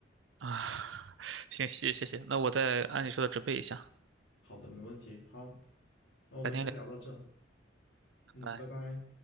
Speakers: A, on the right; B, on the left.
A: 啊，<laughs> 行，谢谢谢谢，那我再按你说的准备一下，
B: <laughs> 好的，没问题。好，那我们先聊到这。
A: 改天聊，拜拜。
B: 嗯，拜拜。